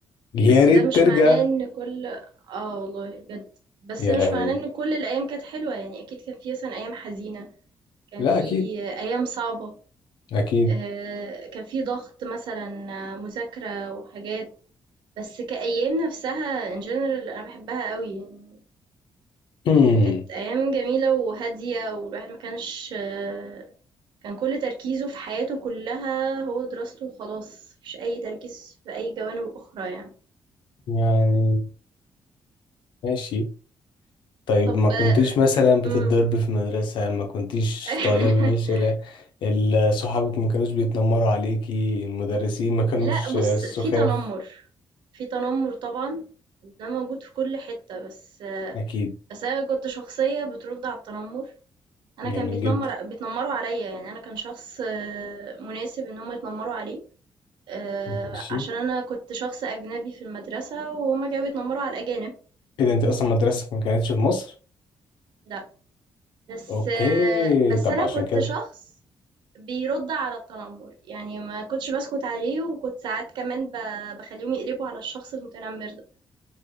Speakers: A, on the left; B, on the right.
A: يا
B: بس
A: ريت
B: ده مش
A: ترجع
B: معناه ان كل اه والله بجد بس
A: يا
B: مش
A: لهوي
B: معناه ان كل الايام كانت حلوة يعني اكيد كان في مثلا ايام حزينة كان
A: لا
B: في
A: اكيد
B: ايام صعبة
A: اكيد
B: آه، كان في ضغط مثلا آه، مذاكرة وحاجات بس كأيام نفسها in general أنا بحبها قوي يعني
A: هم.
B: كانت أيام جميلة وهادية والواحد ما كانش آه، كان كل تركيزه في حياته كلها هو دراسته وخلاص مفيش أي تركيز في أي جوانب أخرى يعني
A: يعني ماشي طيب
B: طب
A: ما كنتيش
B: آه،
A: مثلا بتتضرب
B: مم.
A: في المدرسة ما كنتيش
B: <laughs>
A: طالبة فاشلة ال- صحابك ما كانوش بيتنمروا عليكي المدرسين ما كانوش
B: لا بص
A: آه، سخاف
B: في تنمر في تنمر طبعا ده موجود في كل حتة بس آه،
A: اكيد
B: بس أنا كنت شخصية بترد على التنمر أنا
A: جميل
B: كان بيتنمر
A: جدا
B: بيتنمروا عليّا، يعني أنا كان شخص آه، مناسب إن هم يتنمروا عليه آآ،
A: ماشي
B: عشان أنا كنت شخص أجنبي في المدرسة وهُم كانوا بيتنمروا على الأجانب،
A: ايه ده انت اصلا مدرستك ما كانتش في مصر
B: لأ، بس
A: اوكي
B: آه، بس
A: طب
B: أنا
A: ما عشان
B: كنت
A: كده
B: شخص بيرُد على التنمر، يعني ما كنتش باسكت عليه وكنت ساعات كمان ب باخلّيهم يقلبوا على الشخص المتنمر ده،